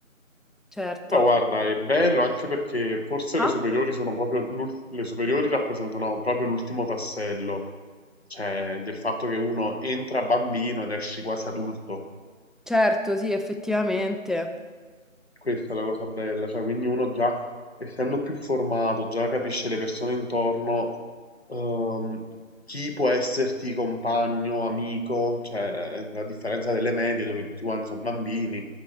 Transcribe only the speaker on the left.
però guarda, è bello anche perché forse
le superiori sono proprio, l'ul- le superiori rappresentano proprio l'ultimo tassello, cioè del fatto che uno entra bambino ed esci quasi adulto.
Questa è la cosa bella, cioè quindi uno già essendo più formato, già capisce le persone intorno, ehm, chi può esserti compagno, amico, cioè a differenza delle medie dove tutti quanti sono bambini,